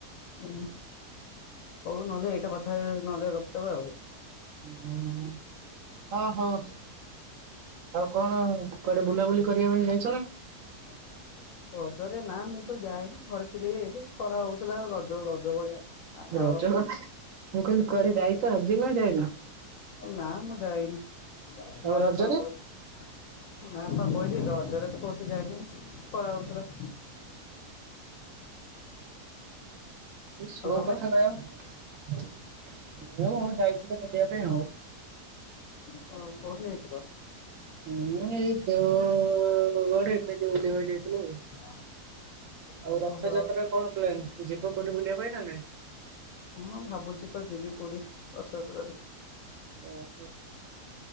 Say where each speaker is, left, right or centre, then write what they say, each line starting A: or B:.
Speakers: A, on the left; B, on the right.
A: ହଁ। ହଉ ନହେଲେ ଏଇଟା କଥା ହେଇ ନହେଲେ ରଖିଦବା ଆଉ।
B: ହ ଅହୋ। ଆଉ କଣ କୁଆଡେ ବୁଲାବୁଲି କରିବା ପାଇଁ ଯାଇ
A: <inaudible> ରଜରେ ନା ମୁଁ ତ ଯାଏନି ଘରେ ଥିଲି ଏ ଖରା ହଉଥିଲା ରଜ ଗଜ ଭଳିଆ ଆର
B: ରଜ ରେ ମୁଁ କଇଲି ଯାଇଚ ଆଜି ନା ଯାଇନ।
A: ନା ମୁଁ ଯାଇନି <unintelligible>
B: ଆଉ ରଜରେ
A: ନା ପା କହିଲି ରଜରେ ତ କୋଉଠି ଯାଇନି ଖରା ହଉଥିଲା।
B: ସ୍ଲୋ
A: ଆଉ ତମେ
B: କଥା ଟା ମୁଁ ଯାଇଥିଲି ବୁଲିବା ପାଇଁ ଆଉ।
A: ହଁ କୋଉଠି ଯାଇଥିଲ?
B: ମୁଁ ଏଇ ଦେଓଗଡ଼ ଏମିତି ବୁଲିବାକୁ ଯାଇଥିଲୁ ଆଉ।
A: <unintelligible>
B: ଆଉ ରଥଯାତ୍ରା
A: ଓହୋ
B: କଣ ପ୍ଲାନ ଯିବ କୋଉଠି ବୁଲିବା ପାଇଁ ନା ନାଇଁ?
A: ହଁ ଭାବୁଚି ତ ଯିବି ପୁରୀ ରଥଯାତ୍ରା‌ ରେ।
B: ଓ ହୋ।